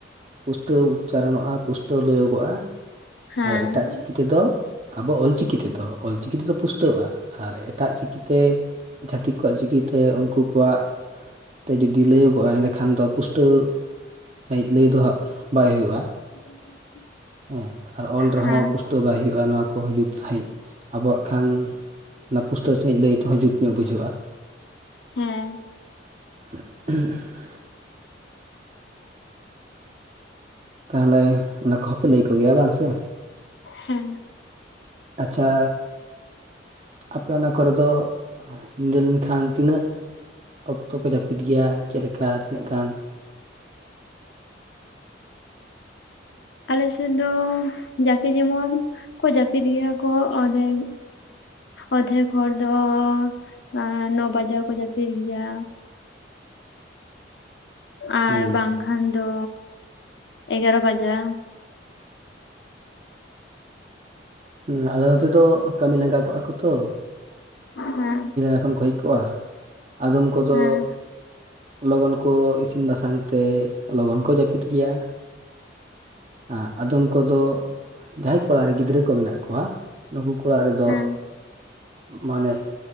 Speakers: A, on the right; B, on the left.
A: ᱯᱩᱥᱴᱟᱹᱣ ᱩᱪᱪᱟᱨᱚᱱᱚᱜᱼᱟ ᱯᱩᱥᱴᱟᱹᱣ ᱞᱟᱹᱭᱚᱜᱚᱜᱼᱟ,
B: ᱦᱮᱸ
A: ᱟᱨ ᱮᱴᱟᱜ ᱪᱤᱠᱤ ᱛᱮᱫᱚ ᱟᱵᱚ ᱚᱞ ᱪᱤᱠᱤ ᱛᱮᱚᱫ ᱚᱞᱪᱤᱠᱤ ᱛᱮᱫᱚ ᱯᱩᱥᱴᱟᱹᱜᱣᱼᱟ ᱟᱨ ᱮᱴᱟᱜ ᱪᱤᱠᱤᱛᱮ ᱪᱷᱟᱹᱛᱤᱠ ᱠᱚᱣᱟᱜ ᱪᱤᱠᱤᱛᱮ ᱩᱱᱠᱩ ᱠᱚᱣᱟᱜ ᱛᱮ ᱡᱩᱫᱤ ᱞᱟᱹᱭᱟᱹᱜᱚᱜᱼᱟ ᱮᱸᱰᱮᱠᱷᱟᱱ ᱫᱚ ᱯᱩᱥᱴᱟᱹᱣ ᱥᱟᱦᱤᱫ ᱞᱟᱹᱭ ᱫᱚ ᱦᱟᱸᱜ ᱵᱟᱭ ᱦᱩᱭᱩᱜᱼᱟ᱾
B: <unintelligible>
A: ᱦᱮᱸ ᱟᱨ ᱚᱞ ᱨᱮᱦᱚ
B: ᱦᱮᱸ
A: ᱯᱩᱥᱴᱟᱹᱣ ᱵᱟᱭ ᱦᱩᱭᱩᱜᱼᱟ ᱱᱚᱣᱟ ᱠᱚᱦᱚᱸ ᱡᱩᱛ ᱥᱟᱺᱦᱤᱡ ᱟᱵᱚᱣᱟᱜ ᱠᱷᱟᱱ ᱚᱱᱟ ᱯᱩᱥᱴᱟᱹᱣ ᱥᱟᱺᱦᱤᱡ ᱞᱟᱹᱭ ᱛᱮᱦᱚᱸ ᱡᱩᱛ ᱧᱚᱜ ᱵᱩᱡᱷᱟᱹᱜᱼᱟ᱾
B: ᱦᱮᱸ᱾
A: <unintelligible> ᱛᱟᱦᱞᱮ ᱚᱱᱟ ᱠᱚᱦᱚᱸ ᱯᱮ ᱞᱟᱹᱭ ᱠᱚ ᱜᱮᱭᱟ ᱵᱟᱝ ᱥᱮ?
B: ᱦᱮᱸ᱾
A: ᱟᱪᱪᱷᱟ ᱟᱯᱮ ᱚᱱᱟ ᱠᱚᱨᱮ ᱫᱚ ᱧᱤᱫᱟᱹ ᱞᱮᱱᱠᱷᱟᱱ ᱛᱤᱱᱟᱹᱜ ᱚᱠᱛᱚ ᱠᱚ ᱡᱟᱹᱯᱤᱫ ᱜᱮᱭᱟ, ᱪᱮᱫᱮᱠᱟ ᱛᱤᱱᱟᱹᱜ ᱜᱟᱱ
B: ᱟᱞᱮ ᱥᱮᱫ ᱫᱚ ᱡᱟᱠᱮ ᱡᱮᱢᱚᱱ ᱠᱚ ᱡᱟᱹᱯᱤᱫ ᱜᱮᱭᱟ ᱠᱚ ᱚᱫᱮᱠ ᱚᱫᱷᱮᱠ ᱦᱚᱲ ᱫᱚ ᱟ ᱱᱚ ᱵᱟᱡᱟᱣ ᱠᱚ ᱡᱟᱹᱯᱤᱫ ᱜᱮᱭᱟ, ᱟᱨ
A: ᱦᱩᱸ
B: ᱵᱟᱝᱠᱷᱟᱱ ᱫᱚ ᱮᱜᱟᱨᱚ ᱵᱟᱡᱟ᱾
A: ᱦᱩ ᱟᱞᱮ ᱱᱚᱛᱮ ᱫᱚ ᱠᱟᱹᱢᱤ ᱞᱟᱸᱜᱟ ᱠᱚᱜᱼᱟ ᱠᱚ ᱛᱚ,
B: ᱦᱮᱸ
A: ᱮᱠᱷᱚᱱ ᱠᱚ ᱦᱮᱡ ᱠᱚᱜᱼᱟ, ᱟᱫᱚᱢ ᱠᱚᱫᱚ
B: ᱦᱮᱸ
A: ᱞᱚᱜᱚᱱ ᱠᱚ ᱤᱥᱤᱱ ᱵᱟᱥᱟᱝ ᱛᱮ, ᱞᱚᱜᱚᱱ ᱠᱚ ᱡᱟᱹᱯᱤᱫ ᱜᱮᱭᱟ᱾ ᱟᱜ ᱟᱫᱚᱢ ᱠᱚᱫᱚ ᱡᱟᱦᱟᱸᱭ ᱠᱚᱲᱟ ᱨᱮ ᱜᱤᱫᱽᱨᱟᱹ ᱠᱚ ᱢᱮᱱᱟᱜ ᱠᱚᱣᱟ ᱱᱩᱠᱩ ᱠᱚ ᱚᱲᱟᱜ ᱨᱮᱫᱚ
B: ᱦᱮᱸ
A: ᱢᱟᱱᱮ